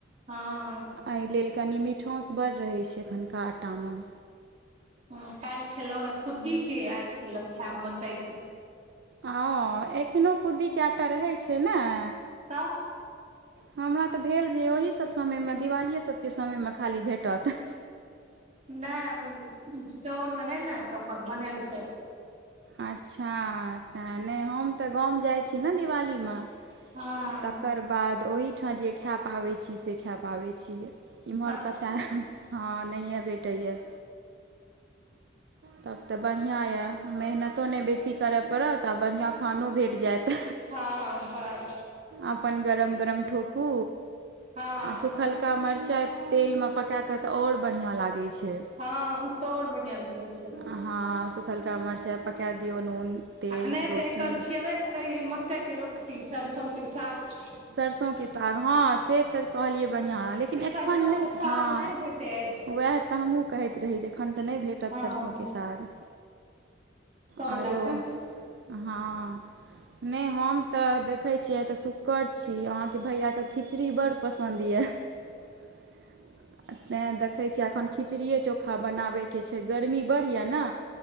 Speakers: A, on the right; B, on the right.
A: हँ।
B: अय लेले कनि मिठाँस बड रहै छैय एखनका आटा म।
A: ह काल्हि खेलौ रह खुद्दीके आइ खेलहु खायब मकई के।
B: ओ एखनो खुद्दीके आटा रहै छैय नय।
A: त।
B: हमरा त भेल जे ओहि सभ समयमे दिवालीये सभके समयमे खाली भेटत।
A: नय ओ चाउर रहे ने त ओकर बनेलकै।
B: अच्छा तें नहि हम तऽ गाम जाइ छी ने दिवालीमे
A: हँ
B: तकर बाद ओहिठाम जे खाऽ पाबैत छी से खाऽ पाबैत छियै। इम्हर
A: अच्छा
B: कतऽ हँ नहिए भेटैए। तब त बढ़िआँ यए मेहनतो नय बेसी करय पड़त आ बढ़िआँ खानो भेट जैत। आ
A: हँ बस
B: अपन गरम-गरम ठोकु
A: हँ
B: आ सुखल का मरचाइ तेलमे पकाकऽ त आओर बढ़िआँ लागै छैय।
A: हँ उ तोऔर बढ़ियां लगे छै।
B: अहाँ सुखलका मरचाइ पकै दियौ नून तेल
A: आ नहि
B: रोटी
A: तऽ एकर छेबे करियै मकइ के रोटी, सरिसों के साग।
B: सरिसो के साग, हँ से तऽ कहलियै बढ़िआँ, लेकिन एखन
A: सरसों
B: नहि
A: के साग
B: हँ
A: नहि ने भेटै अछि
B: उएह तऽ हमहूँ कहैत रही, जे एखन तऽ नहि भेटत
A: हँ
B: सरिसो के साग।
A: तैं
B: आरो
A: लए कऽ
B: हाँ, नहि हम तऽ देखैय किए तऽ शुक्ड़ छी, अहाँके भैयाके खिचड़ी बड पसन्द यए। <inaudible> तैँ देखै छियै एखन खिचड़िए चोखा बनाबयके छै गर्मी बड़ यए न।